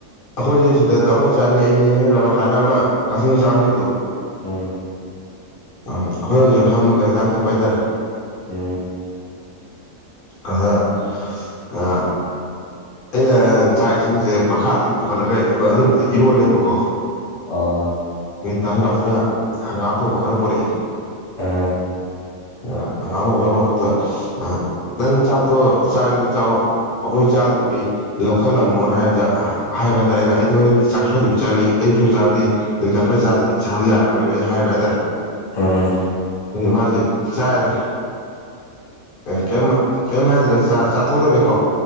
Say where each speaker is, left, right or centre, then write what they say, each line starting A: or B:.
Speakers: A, on the left; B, on the left.
A: ꯑꯩꯈꯣꯏꯁꯦ ꯁꯤꯗ ꯗꯥ ꯉꯣꯆꯥꯅꯦ ꯑꯩꯅꯦ ꯔꯥꯃꯀꯥꯟꯅ ꯑꯃ ꯀꯛꯆꯤꯡ ꯃꯆꯥ ꯑꯃ ꯂꯩꯕꯗꯣ
B: ꯎꯝ
A: ꯎꯝ ꯑꯩꯈꯣꯏ ꯑꯍꯨꯝꯁꯦ ꯐꯝꯃꯒ ꯍꯤꯗꯥꯛ ꯊꯛꯄ ꯍꯥꯏꯇꯥꯔꯦ
B: ꯎꯝ
A: ꯑꯗꯨꯗ ꯑ ꯑꯩꯅ ꯆꯥꯛ ꯏꯁꯤꯡꯁꯦ ꯃꯈꯥꯗꯒꯤ ꯄꯨꯈꯠꯂꯒ <unintelligible> ꯑꯗꯨ ꯅꯨꯃꯤꯠꯇꯣ ꯏꯔꯣꯜꯂꯦꯕꯀꯣ
B: ꯑ
A: ꯗꯥꯁꯨꯕꯥꯁꯅ ꯍꯪꯒꯥꯝ ꯊꯣꯡꯕ ꯈꯔ ꯄꯨꯔꯛꯑꯦ
B: ꯑꯥ
A: ꯑ ꯍꯪꯒꯥꯝ ꯊꯣꯡꯕ ꯈꯔ ꯄꯨꯔꯛꯄꯗꯨꯗ ꯑ ꯅꯪ ꯆꯥꯛꯇꯣ ꯆꯥꯒꯦꯗꯤ ꯆꯥꯎ ꯑꯩꯈꯣꯏ ꯆꯥ ꯗ꯭ꯔꯤ ꯂꯧꯈꯠꯂꯝꯃꯣꯅ ꯍꯥꯏꯕꯗ ꯍꯥꯏꯕ ꯍꯥꯏꯇꯥꯔꯦ ꯑꯩꯅ ꯑꯩꯗꯤ ꯍꯣꯔꯦꯟ ꯆꯥꯛ ꯁꯣꯏꯗꯕꯤ ꯆꯥꯅꯤ ꯑꯌꯨꯛꯁꯨ ꯆꯥꯗꯦ ꯅꯨꯃꯤꯗꯥꯡ ꯈꯔ ꯆꯥꯗ꯭ꯔꯗꯤ ꯏꯁꯥꯗꯣ ꯌꯥꯔꯔꯣꯏꯅ ꯑꯩ ꯍꯥꯏꯕ ꯍꯥꯏꯇꯥꯔꯦ
B: ꯑ
A: ꯃꯥꯁꯦ ꯆꯥꯏꯔꯦ ꯀꯩꯝ ꯀꯩꯝ ꯍꯥꯏꯗ꯭ꯔꯦ ꯆꯥ ꯆꯥꯊꯣꯛ ꯂꯣꯏꯔꯦꯀꯣ